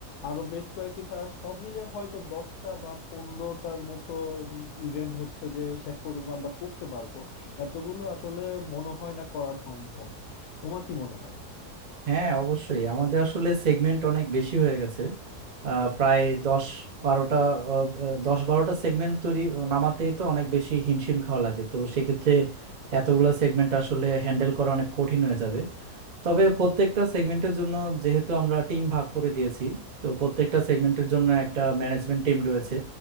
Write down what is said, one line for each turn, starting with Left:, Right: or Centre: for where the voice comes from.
Left: আরো বেশ কয়েকটি ছাড়া সব মিলে হয়তো দশটা বা পনেরোটার মতো ইভেন্ট হচ্ছে যে শেষ পর্যন্ত আমরা করতে পারবো এতগুলো আসলে মনে হয় না করা সম্ভব তোমার কি মনে হয়
Right: হ্যাঁ অবশ্যই আমাদের আসলে সেগমেন্ট অনেক বেশি হয়ে গেছে আহ, প্রায় দশ বারোটা আহ, আহ, দশ বারোটা সেগমেন্ট তৈরি নামাতেই তো অনেক বেশি হিমশিম খাওয়া লাগে তো সেক্ষেত্রে এতগুলা সেগমেন্ট আসলে হ্যান্ডেল করা অনেক কঠিন হয়ে যাবে তবে প্রত্যেকটা সেগমেন্টের জন্য যেহেতু আমরা টিম ভাগ করে দিয়েছি তো প্রত্যেকটা সেগমেন্টের জন্য একটা ম্যানেজমেন্ট টিম রয়েছে